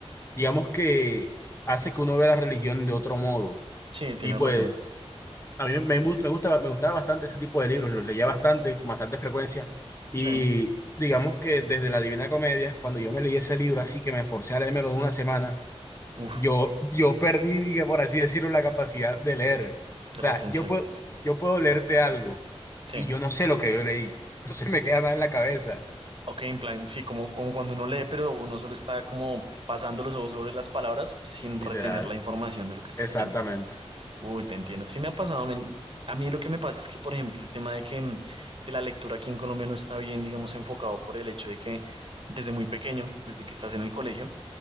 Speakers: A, on the left; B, on the right.
A: digamos que hace que uno vea la religión de otro modo.
B: Sí, tienes
A: Y pues
B: razón.
A: a mí me, gust- me gusta, me gustaba bastante ese tipo de libros, los leía bastante, con bastante frecuencia y
B: Sí.
A: digamos que desde la Divina Comedia, cuando yo me leí ese libro así que me forcé a leérmelo en una semana,
B: Uf,
A: yo, yo perdí, diga, por así decirlo, la capacidad de leer. O
B: de
A: sea,
B: retención.
A: yo puedo, yo puedo leerte algo
B: Sí.
A: y yo no sé lo que yo leí. <laughs> No se me queda nada en la cabeza.
B: Ok, en plan, sí, como, como cuando uno lee, pero uno solo está como pasando los ojos sobre las palabras sin
A: Literal.
B: retener la información de lo que está
A: Exactamente.
B: leyendo. Uy, te entiendo. Sí me ha pasado. men. A mí lo que me pasa es que, por ejemplo, el tema de que mm, de la lectura aquí en Colombia no está bien, digamos, enfocado por el hecho de que desde muy pequeño, desde que estás en el colegio,